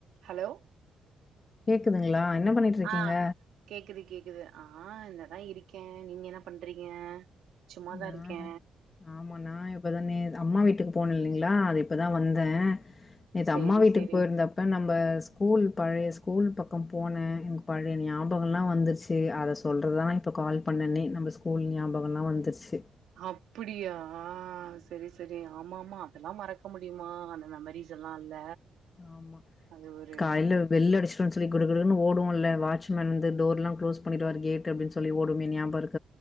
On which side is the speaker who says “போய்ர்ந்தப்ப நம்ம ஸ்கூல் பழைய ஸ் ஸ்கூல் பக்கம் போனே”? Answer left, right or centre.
Left